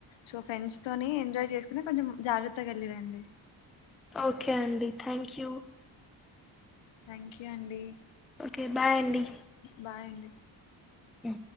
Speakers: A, on the left (about 65°); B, in the centre.
A: సో ఫ్రెండ్స్ తోనే ఎంజాయ్ చేసుకు కొంచెం జాగ్రత్తగాలిరండి
B: ఓకే అండి థ్యాంక్ యూ
A: థ్యాంక్ యూ అండి
B: ఓకే బాయ్ అండి
A: బాయండి
B: అ